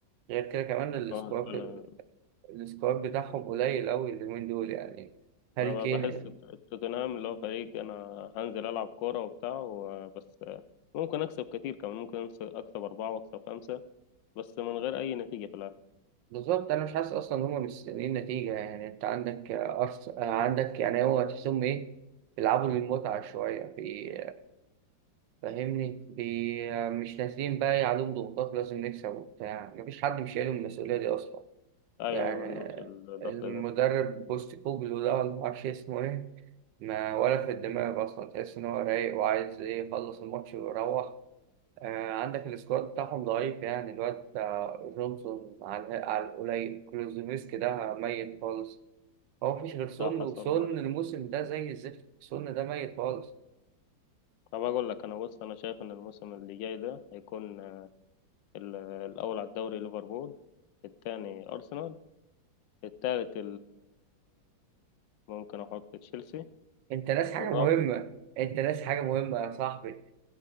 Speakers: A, on the right; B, on the left.
A: غير كده كمان السكواد
B: اه انا
A: السكواد بتاعهم قليل أوي اليومين دول يعني هاري
B: انا
A: كين
B: ب- بحس توتنهام اللي هو فريق انا هنزل العب كوره وبتاع و- بس ممكن اكسب كتير كمان ممكن أنس- اكسب اربعه واكسب خمسه بس من غير اي نتيجه في الاخر
A: بالظبط انا مش حاسس اصلا ان هم مستنيين نتيجه يعني انت عندك أرس... عندك يعني هو تحسهم ايه بيلعبوا للمتعه شويه بي... فاهمني بي... مش نازلين بقى إيه عليهم ضغوطات لازم نكسب وبتاع مفيش حد مش شايل المسؤوليه دي اصلا
B: ايوه
A: يعني
B: ايوه ما عندهمش الضغط
A: المدرب
B: ده
A: بوست كوجلو ده ولا معرفش اسمه ايه ما ولا في الدماغ اصلا تحس ان هو رايق وعايز ايه يخلص الماتش ويروح آه، عندك السكواد بتاعهم ضعيف يعني الواد بتاع جونسون على الها- على القليل كلوزوفسكي ده ميت خالص هو مفيش غير سون
B: لا حصل
A: وسون
B: معاك
A: الموسم
B: حاجه
A: ده زي الزفت سون ده ميت خالص
B: طب اقول لك انا بص انا شايف ان الموسم اللي جاي ده هيكون ال- الاول على الدوري ليفربول الثاني ارسنال الثالث ممكن احط تشيلسي
A: انت ناس حاجة
B: والرابع
A: مهمة انت ناس حاجة مهمة يا صاحبي